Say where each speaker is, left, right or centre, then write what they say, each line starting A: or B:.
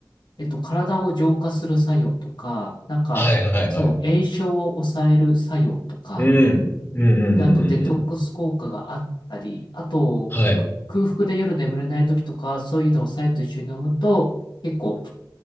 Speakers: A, on the left (about 70°); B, on the left (about 30°).
A: う、えっと、体を浄化する作用とか、なんか、
B: はいはいはい。
A: そう、炎症を抑える作用とか、
B: うん。うんうんうんうんうん。
A: で、あと、デトックス効果があったり、あと、
B: はい。
A: 空腹で夜眠れない時とか、そういうのを白湯と一緒に飲むと、結構、